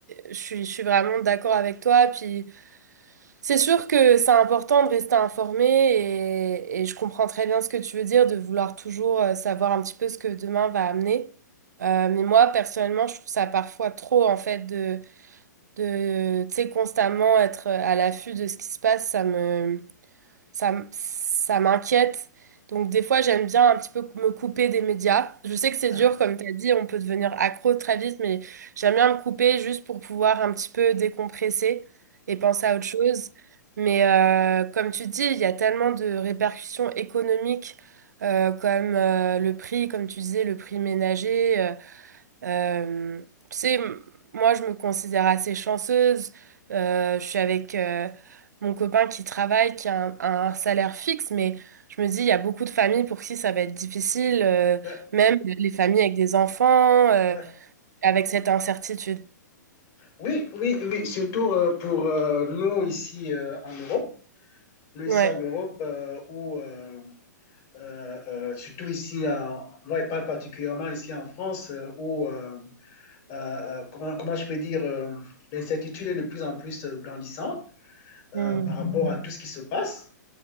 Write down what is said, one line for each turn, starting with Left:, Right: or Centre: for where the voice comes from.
Right: je suis, je suis vraiment d'accord avec toi. Puis c'est sûr que c'est important de rester informé et, et je comprends très bien ce que tu veux dire, de vouloir toujours euh, savoir un petit peu ce que demain va amener. Euh, mais moi, personnellement, je trouve ça parfois trop, en fait, de, de, tu sais, constamment être à l'affût de ce qui se passe. Ça me, ça, m- ça m'inquiète. Donc des fois, j'aime bien un petit peu me couper des médias. Je sais que c'est
Left: Ah,
Right: dur, comme tu as dit, on peut devenir accro très vite, mais j'aime bien me couper juste pour pouvoir un petit peu décompresser et penser à autre chose. Mais euh, comme tu dis, il y a tellement de répercussions économiques euh, comme euh, le prix, comme tu disais, le prix ménager. euh, euh, tu sais, m- moi, je me considère assez chanceuse. Euh, je suis avec euh, mon copain qui travaille, qui a un, un salaire fixe, mais je me dis, il y a beaucoup de familles pour qui ça va être difficile, euh,
Left: oh, Ouais,
Right: même les familles avec des enfants, euh,
Left: ouais.
Right: avec cette incertitude.
Left: Oui, oui, oui, surtout euh, pour euh, nous ici euh, en Europe. Nous ici
Right: Ouais,
Left: en Europe, euh, où, euh, euh, euh, surtout ici, en- moi je parle particulièrement ici en France, euh, où, euh, euh, euh, comment, comment je peux dire, euh, l'incertitude est de plus en plus euh, grandissante euh,
Right: Mm.
Left: par rapport à tout ce qui se passe.